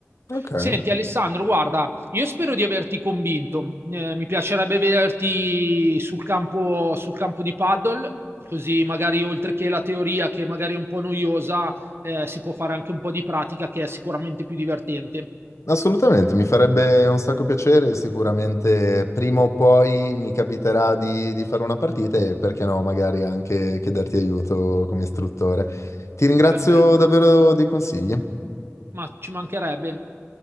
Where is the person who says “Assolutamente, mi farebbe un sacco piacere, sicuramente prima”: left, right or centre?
Left